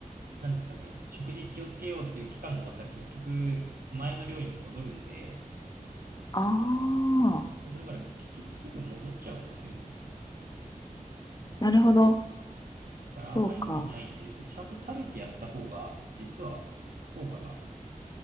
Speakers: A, on the right; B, on the left.
A: なんですかね、食事気をつけようっていう期間が終わったら結局、前の量に戻るんで、
B: ああ
A: だから結局すぐ戻っちゃうんですよね。
B: なるほど。
A: だからあんまり意味ないんですよ。
B: そうか。
A: ちゃんと食べてやった方が、実は効果が